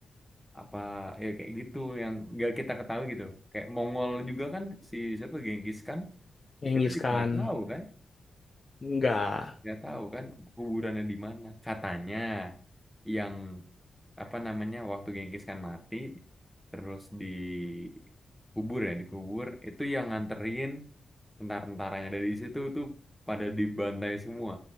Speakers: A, in the centre; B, on the left.
A: apa ya kayak gitu yang nggak kita ketahui gitu kayak Mongol juga kan si siapa Genghis kan
B: Genghis
A: kita juga
B: Khan.
A: nggak tahu kan
B: Enggak.
A: nggak tahu kan kuburannya di mana katanya yang apa namanya waktu Genghis Khan mati terus dikubur ya dikubur itu yang nganterin tentara ada di situ tuh pada dibantai semua.